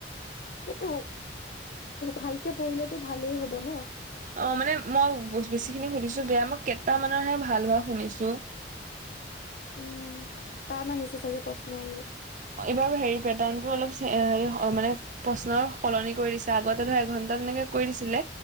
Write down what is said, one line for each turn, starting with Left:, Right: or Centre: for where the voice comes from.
Left: কিন্তু ভালকে পঢ়িলেতো ভালেই হব ন।
Right: অ' মানে মই বেছি খিনি সুধিছো বেয়া মই কেইটামানৰহে ভাল হোৱা শুনিছো।
Left: উম, তান আহিছে চাগে প্ৰশ্নবোৰ।
Right: অ' এইবাৰ হেৰি পেটাৰ্ণটো অলপ হেৰি হয় মানে। প্ৰশ্নৰ সলনি কৰি দিছে আগতে ধৰ এঘন্টা তেনেকে কৰি দিছিলে